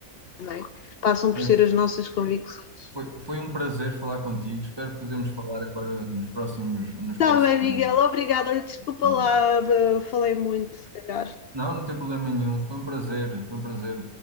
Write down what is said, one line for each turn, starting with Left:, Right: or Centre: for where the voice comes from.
Left: não é? Passam por
Right: Olha,
Left: ser as nossas convicções.
Right: foi, foi, foi um prazer falar contigo. Espero que podermos falar agora nos próximos, nos
Left: Tá
Right: próximos
Left: bem, Miguel,
Right: dias.
Left: obrigada. Olha, Desculpa
Right: ou-
Left: lá, eh, falei muito, se calhar.
Right: Não, não tem problema nenhum. Foi um prazer, foi um prazer.